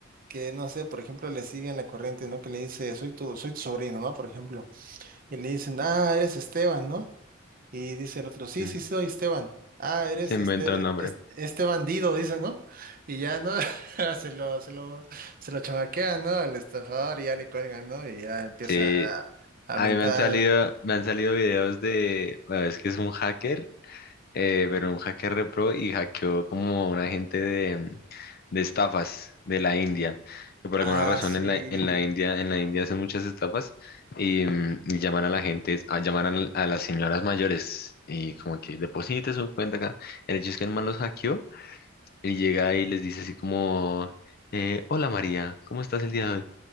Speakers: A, on the right (about 45°); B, on the left (about 45°).
A: que, no sé, por ejemplo, le siguen la corriente, ¿no? Que le dice, soy tu, soy tu sobrino, ¿no? Por ejemplo. Y le dicen, ah, eres Esteban, ¿no? Y dice el otro, sí,
B: Mm,
A: sí, soy Esteban. Ah, eres
B: Se inventa
A: este,
B: un nombre.
A: e, es- este bandido, dice, ¿no? Y ya, ¿no? <laughs> Se lo, se lo, se lo chamaquean, ¿no? Al estafador y ya le cuelgan, ¿no? Y ya empieza
B: Sí.
A: a, a
B: A
A: mentar.
B: mí me han salido, me han salido videos de, bueno, es que es un hacker eh, pero un hacker repro y hackeó como un agente de, de estafas de la India, que por
A: Ah,
B: alguna razón
A: sí.
B: en la, en la India, en la India hacen muchas estafas y, mm, y llaman a la gente, a, llaman al- a, las señoras mayores y como que deposite su cuenta acá. El hecho es que el man los hackeó y llega y les dice así como, eh, hola María, ¿cómo estás el día de hoy?